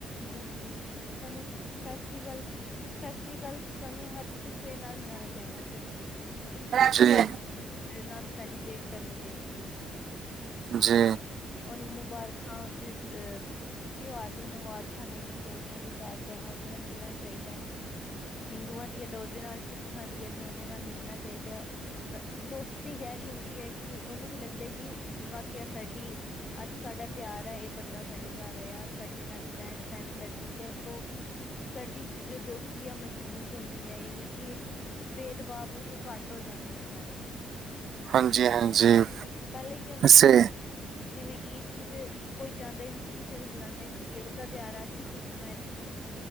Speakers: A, on the left (about 40°); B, on the right (about 60°).
A: ਬਿਲਕੁਲ ਤੁਾਨੂੰ ਫੈਸਟੀਵਲ ਫੈਸਟੀਵਲਸ ਸਾਨੂੰ ਹਰ ਕਿਸੇ ਨਾਲ ਮਨਾਣਾ ਚਾਹੀਦਾ ਫੇਰ ਕਿਸੀ ਦੀ
B: ਜੀ
A: ਈਦ ਹੈ ਓਹ ਬੰਦੇ ਦੇ ਨਾਲ ਸੈਲੀਬ੍ਰੇਟ ਕਰਨੀ ਚਾਹੀਦੀ ਹੈ।
B: ਜੀ।
A: ਉਹਦੇ- ਉਹਨੂੰ ਮੁਬਾਰਕਾਂ <unintelligible> ਤਿਉਹਾਰ ਲਈ ਮੁਬਾਰਕਾਂ ਦੇਣੀਆਂ ਚਾਹੀਦੀਆਂ ਤੇ ਘਰ ਜਾਣਾ ਉਹਦੇ ਨਾਲ ਮਿਲਣਾ ਚਾਹੀਦਾ ਹੈ। ਹਿੰਦੂਆਂ ਦੀ ਏ ਤੇ ਉਹਦੇ ਨਾਲ ਸਿੱਖਾਂ ਦੀ ਏ ਤੇ ਉਹਦੇ ਨਾਲ ਮਿਲਣਾ ਚਾਹੀਦਾ। ਤਾਂ ਦੋਸਤੀ ਗਹਿਰੀ ਹੁੰਦੀ ਹੈ ਕਿ ਉਹਨੂੰ ਵੀ ਲੱਗਦਾ ਕਿ ਵਾਕਿਆ ਸਾਡੀ ਅੱਜ ਸਾਡਾ ਤਿਆਰ ਹੈ ਇਹ ਬੰਦਾ ਸਾਡੇ ਘਰ ਆਇਆ ਸਾਡੇ ਨਾਲ ਰਹਿਣ ਸਹਿਣ ਏਦਾਂ ਠੀਕ ਹੈ ਉਥੋਂ ਸਾਡੀ ਜੋ ਦੋਸਤੀ ਆ ਮਜ਼ਬੂਤ ਹੁੰਦੀ ਹੈ ਇਹ ਨੀ ਕਿ ਭੇਦਭਾਵ ਉਥੋਂ ਘੱਟ ਹੋ ਜਾਂਦੇ ਨੇ ਸਾਰੇ
B: ਹਾਂਜੀ ਹਾਂਜੀ
A: ਪਹਿਲੇ ਕੀ ਹੁੰਦਾ ਸੀ
B: ਸੇ
A: ਕਿ ਜਿਵੇਂ ਈਦ ਸੀ ਤੇ ਕੋਈ ਜਾਂਦਾ ਈ ਨਹੀਂ ਸੀ ਕਿਸੇ ਨੂੰ ਬੁਲਾਂਦਾ ਨੀ ਸੀ ਗੇ ਓਹ